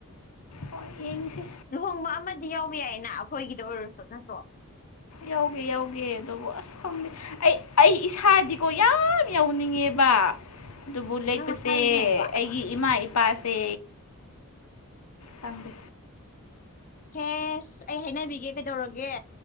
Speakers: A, on the left; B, on the left.
A: ꯍꯣꯏ ꯌꯦꯡꯁꯦ
B: ꯂꯨꯍꯣꯡꯕ ꯑꯃꯗꯤ ꯌꯥꯎꯕ ꯌꯥꯏꯌꯦꯅ ꯑꯩꯈꯣꯏꯒꯤꯗ ꯑꯣꯏꯔꯁꯨ ꯅꯠꯇ꯭ꯔꯣ
A: ꯌꯥꯎꯒꯦ ꯌꯥꯎꯒꯦ ꯑꯗꯨꯕꯨ ꯑꯁ ꯈꯪꯗꯤ ꯑꯩ ꯑꯩ ꯏꯁꯥꯗꯤꯀꯣ ꯌꯥꯝ ꯌꯎꯅꯤꯡꯉꯦꯕ ꯑꯗꯨꯕꯨ ꯂꯦꯛꯄꯁꯦ
B: ꯅꯪ ꯅꯁꯥꯒꯤ ꯂꯨꯍꯣꯡꯕ
A: ꯑꯩꯒꯤ ꯏꯃꯥ ꯄꯥꯁꯦ ꯊꯪꯗ
B: ꯍꯦꯁ ꯑꯩ ꯍꯥꯏꯅꯕꯤꯒꯦ ꯀꯩꯗꯧꯔꯒꯦ